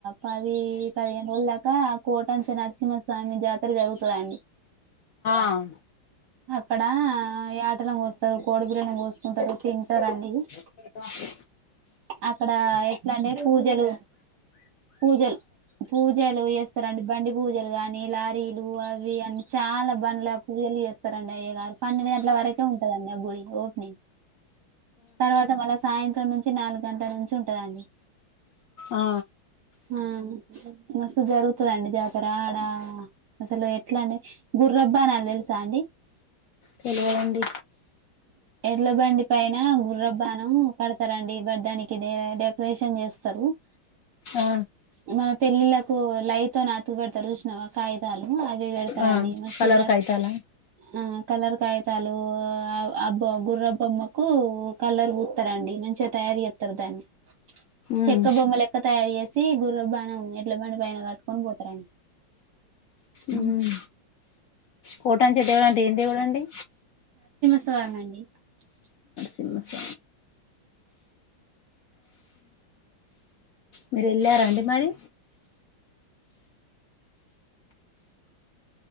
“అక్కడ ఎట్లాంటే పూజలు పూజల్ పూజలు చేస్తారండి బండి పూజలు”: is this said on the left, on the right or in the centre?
Right